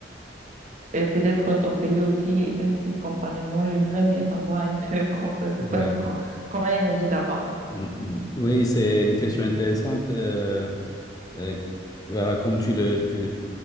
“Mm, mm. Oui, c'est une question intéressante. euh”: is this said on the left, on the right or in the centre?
Left